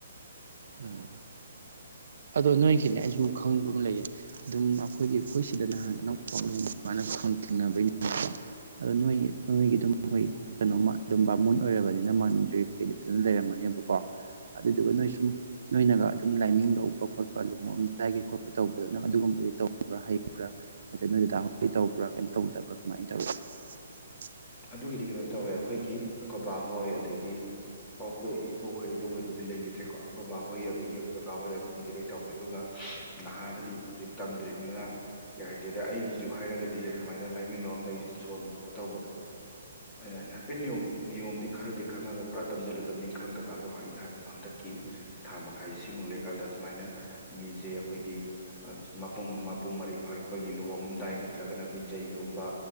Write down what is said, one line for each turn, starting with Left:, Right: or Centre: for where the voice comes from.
Right: ꯎꯝ ꯑꯗꯣ ꯅꯣꯏꯒꯤꯅꯦ ꯑꯩꯁꯨ ꯈꯪꯕ ꯑꯃ ꯂꯩꯌꯦ ꯑꯗꯨꯝ ꯑꯈꯣꯏꯒꯤ ꯑꯈꯣꯏꯁꯤꯗꯅ ꯅꯍꯥꯟ <unintelligible> <unintelligible> ꯑꯗꯣ ꯅꯣꯏ ꯅꯣꯏꯒꯤ ꯑꯗꯨꯝ ꯃꯣꯏ ꯀꯩꯅꯣꯃ ꯑꯗꯨꯝ ꯕꯥꯃꯣꯟ ꯑꯣꯏꯔꯕꯅꯤꯅ ꯃꯟꯗ꯭ꯔꯤ ꯀꯩꯀꯩꯗꯤ ꯐꯖꯅ ꯂꯩꯔꯝ ꯃꯅꯤꯕꯀꯣ ꯑꯗꯨꯗꯨꯅꯣꯏ ꯁꯨꯝ ꯅꯣꯏꯅꯒ ꯑꯗꯨꯝ ꯂꯥꯏꯃꯤꯡ ꯂꯧꯕ ꯈꯣꯠꯄ ꯂꯨꯍꯣꯡꯉꯝꯗꯥꯢꯒꯤ ꯈꯣꯠꯄ ꯇꯧꯕ ꯅꯪ ꯑꯗꯨꯒꯨꯝꯕꯒꯤ ꯇꯧꯕ꯭ꯔꯥ ꯍꯩꯕ꯭ꯔꯥ ꯅꯠꯇ꯭ꯔ ꯅꯣꯏ ꯗꯗꯥ ꯍꯣꯏ ꯇꯧꯕ꯭ꯔꯥ ꯀꯦꯝ ꯇꯧꯗꯕ꯭ꯔꯥ ꯀꯃꯥꯏꯅ ꯇꯧꯏ <unintelligible>
Left: ꯑꯗꯨꯒꯤꯗꯤ ꯀꯩꯅꯣ ꯇꯧꯋꯦ ꯑꯈꯣꯏꯒꯤ ꯑꯀꯣꯏꯕꯥ ꯍꯣꯏ ꯑꯗꯒꯤ ꯑꯣ ꯑꯈꯣꯏ ꯏꯕꯣꯛꯍꯣꯏ ꯏꯗꯧꯍꯣꯏꯕꯨꯗꯤ ꯂꯩꯈꯤꯗ꯭ꯔꯦꯀꯣ ꯑꯈꯣꯏꯕꯥꯍꯣꯏ ꯑꯗꯒꯤ ꯑꯈꯣꯏ ꯀꯀꯥ ꯍꯣꯏ ꯑꯗꯨꯃꯗꯤ ꯂꯣꯏ ꯇꯧꯋꯦ ꯑꯗꯨꯒ ꯅꯍꯥꯗꯗꯤ ꯍꯧꯖꯤꯛ ꯇꯝꯗ꯭ꯔꯤꯕꯅꯤꯅ ꯀꯌꯥ ꯍꯩꯇꯦꯗ ꯑꯩꯒꯤꯁꯨ ꯍꯥꯏꯔꯒꯗꯤ ꯑꯗꯨꯃꯥꯏꯅ ꯂꯥꯏꯃꯤꯡ ꯂꯔꯝꯗꯥꯏꯒꯤ ꯁꯨꯝ ꯁꯣꯟꯕ ꯈꯣꯠꯄ ꯇꯧꯕꯗꯣ ꯑꯩꯅ ꯍꯥꯏꯅ ꯍꯥꯏꯐꯦꯠ ꯅꯤꯌꯣꯝ ꯅꯤꯌꯣꯝꯗꯤ ꯈꯔꯗꯤ ꯈꯪꯉꯒ ꯄꯨꯔꯥ ꯇꯝꯁꯤꯜꯂꯨꯗꯕꯅꯤ ꯈꯪꯗꯕ ꯑꯗꯣ ꯑꯩꯅ ꯍꯥꯏꯕꯗꯣ ꯍꯟꯗꯛꯀꯤ ꯊꯥ ꯃꯈꯥꯏꯁꯤꯃꯨꯛ ꯂꯩꯔꯀꯥꯟꯗ ꯑꯗꯨꯃꯥꯏꯅ ꯃꯤꯖꯦ ꯑꯈꯣꯏꯒꯤ ꯃꯄꯨꯡ ꯃꯄꯨꯡ ꯃꯔꯩ ꯐꯥꯔꯛꯄꯒꯤ ꯂꯨꯍꯣꯡꯉꯝꯗꯥꯏ ꯅ ꯅꯠꯇ꯭ꯔꯒꯅ ꯑꯈꯣꯏ ꯖꯩꯒꯒꯨꯝꯕ